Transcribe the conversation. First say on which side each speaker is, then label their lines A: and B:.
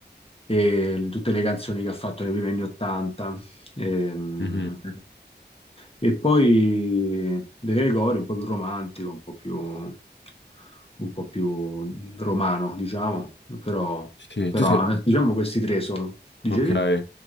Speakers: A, on the left; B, on the left.
A: e le- tutte le canzoni che ha fatto nei primi anni Ottanta. Ehm,
B: mhm.
A: E, poi De Gregori, un po' più romantico, un po' più, un po' più romano, diciamo, però,
B: Sì,
A: però
B: tu sei-
A: eh, diciamo questi tre sono, dicevi?
B: Ok.